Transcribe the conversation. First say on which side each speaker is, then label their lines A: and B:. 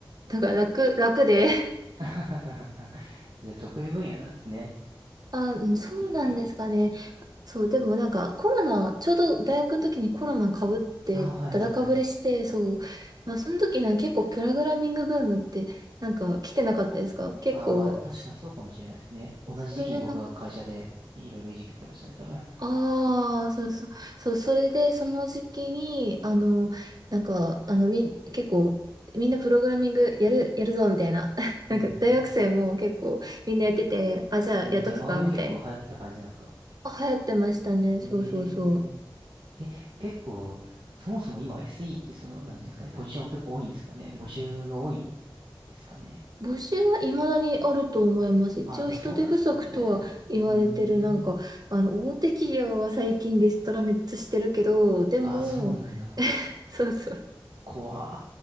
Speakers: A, on the right; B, on the right.
A: なんか楽、楽で、<laughs>
B: <laughs> じゃあ、得意分野なんですね。
A: あ、うんそうなんですかね。
B: きっと。
A: そう、でもなんかコロナ、ちょうど大学の時にコロナかぶって、
B: ああ、はいはいはい。
A: だだかぶれして、そう、まあその時なんか結構プログラミングブームってなんか来てなかったですか結構、
B: ああ、まあでも確かにそうかもしれないですね。同じ時期に僕は会社でいろいろいじくってましたね、
A: それでなんか、
B: 多分。
A: ああ、そうそう、そう、それでその時期に、あの、なんか、あの、み、結構、みんなプログラミングやる、<laughs> やるぞ、みたいな。<laughs> なんか大学生も結構みんなやってて、
B: うんうんう
A: あ、じゃあやっとくか、
B: ん。えー、じゃあ、周りも結構流行ってた感じなんですか
A: みたいな。あ、流行ってましたね。
B: えー、
A: そうそうそう。
B: え、結構、そもそも今 SE ってその、なんていうんですかね、ポジション結構多いんですかね。募集が多いんですかね。
A: 募集は未だにあると思います。一応人手不足とは言われてる、
B: ああ、やっぱそうなんですね。うーん。
A: なんか、あの、大手企業は最近リストラめっちゃしてるけど、でも、
B: あ、そうなんだ。
A: そうそう。
B: 怖。